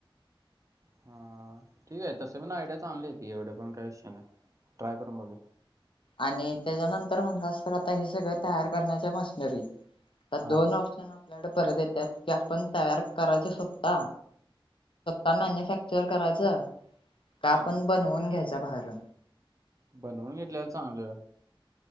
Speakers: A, on the right; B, on the left.
A: हम ठीक आहे तसे पण आयडिया चांगली ती एवढे पण काही विषय नाही ट्राय करून बघे
B: आणि त्याच्यानंतर म्हणलास तर आता हे सगळं तयार करण्याच्या मशनरी आहे त्यात
A: हां
B: दोन ऑप्शन ब्लड परत येतात की आपण तयार करायच स्वत मॅन्युफॅक्चर करायचं का
A: हम्म.
B: आपण बनवून घ्यायचं त्याभर
A: बनवून घेतल्याला चांगलं